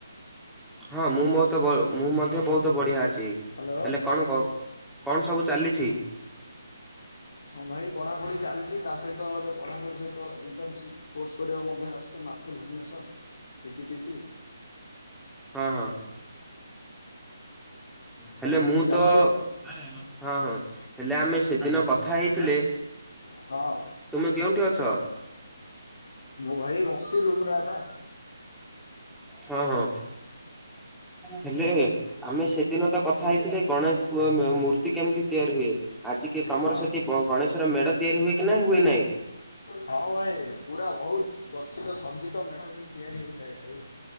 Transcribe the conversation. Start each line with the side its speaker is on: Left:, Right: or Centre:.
Centre: ହଁ ମୁଁ ମତ ବହୁତ ମୁଁ ମଧ୍ୟ ବହୁତ ବଢିଆ ଅଛି
Left: ହ୍ୟାଲୋ।
Centre: ହେଲେ କଣ କ? କଣ ସବୁ ଚାଲିଛି?
Left: ହଁ ଭାଇ ପଢ଼ାପଢ଼ି ଚାଲିଛି ତା ସହିତ ଏଵେ ପଢ଼ାପଢ଼ି ସହିତ ଇଣ୍ଟର୍ନସିପ୍ କୋର୍ସ କରିବାକୁ ମଧ୍ୟ ଆସ ମାସେ ଭୁବନେଶ୍ୱର ସିଟି ଟିସି
Centre: ହଁ ହଁ ହେଲେ
Left: ଏମିତି
Centre: ମୁଁ
Left: ଚାଲିଛି
Centre: ତ ହଁ
Left: ଆଉ
Centre: ହଁ ହେଲେ ଆମେ ସେଦିନ କଥା ହେଇଥିଲେ
Left: ହଁ
Centre: ତୁମେ କେଉଁଠି ଅଛ?
Left: ମୁଁ ଭାଇ ବସି ରୁମରେ ଥା।
Centre: ହଁ ହଁ। ହେଲେ ଆମେ ସେଦିନ ତ କଥା ହେଇଥିଲେ ଗଣେଶ ମ-ମ-ମୂର୍ତ୍ତି କେମିତି ତିଆରି ହୁଏ? ଆଜିିକେ ତମର
Left: ହଁ
Centre: ସେଠି ବ ଗଣେଶର ମେଢ ତିଆରି ହୁଏ କି ନା ହୁଏ ନହିଁ?
Left: ହଁ ଭାଇ ପୁରା ବହୁତ ଗଛିତ ସଜ୍ଜିତ ମେଢ ହି ତିଆରି ହୋଇଥାଏ ଭାଇ।